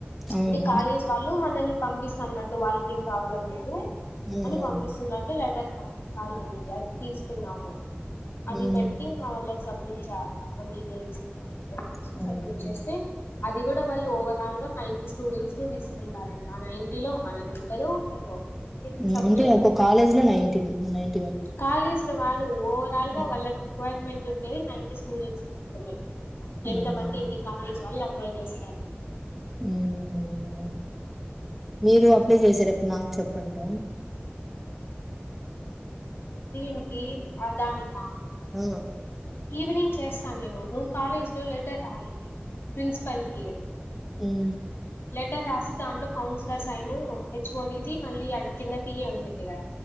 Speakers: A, in the centre; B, on the left.
A: అవును.
B: అంటే కాలేజ్ వాళ్ళు మనల్ని పంపిస్తన్నట్టు వాళ్ళకి ఏం ప్రాబ్లం లేదు
A: హ్మ్.
B: అని పంపిస్తున్నట్టు లెటర్ అది తీసుకున్నాము
A: హ్మ్.
B: అది
A: హ్మ్.
B: పెట్టి ఇంగ వాళ్ళకి సబ్మిట్ చేయాలా మన డీటెయిల్స్ అన్ని పెట్టసి
A: హ్మ్.
B: సబ్మిట్ చేస్తే అది కూడా వాళ్ళు ఓవరాల్ గా నైంటీ స్టూడెంట్స్ ని తీసుకుంటార ఆ నైంటీ లో మనది ఉంటదో ఉండదో
A: మ్
B: చెప్పలేం
A: అంటే ఒక కాలేజ్ లో నైంటీ మ్ నైన్
B: కాలేజ్ లో కాదు ఓవరాల్
A: హ్మ్.
B: గా వాళ్లకు రికవైర్మెంట్ ఉండేది నైంటీ స్టూడెంట్స్ మాత్రమే
A: అవునా?
B: ఎంత మంది ఎన్ని కాలేజ్ వాళ్ళు అప్లై చేస్తారు
A: ఉమ్ అవును లే మీరు అప్లై చేసేట పుడు నాక్ చెప్పండి రా
B: దీనికి ఆదానికా
A: అ అ
B: ఈవినింగ్ చేస్తా నేను నువ్వు కాలేజీ లో లెటర్ రాయి ప్రిన్సిపల్ కి
A: ఉమ్
B: లెటర్ రాసి దాంట్లో counsellors sign H O D ది మల్లి అడ కింద టియే ఉంటుంది కదా